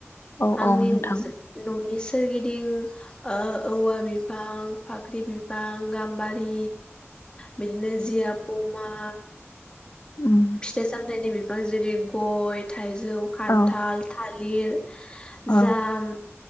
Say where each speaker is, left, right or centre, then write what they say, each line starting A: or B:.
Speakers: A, on the left; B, on the left.
A: औ
B: आंनि
A: औ नोंथां
B: <unintelligible> न'नि सोरगिदिं ओ औवा बिफां फाख ख्रि बिफ फां गाम्बारि बिदिनो जिया पमा
A: उम
B: फिथाइ सामथाइनि बिफां जेरै गय थाइजौ खान्थाल
A: औ
B: थालि लिर
A: औ
B: जाम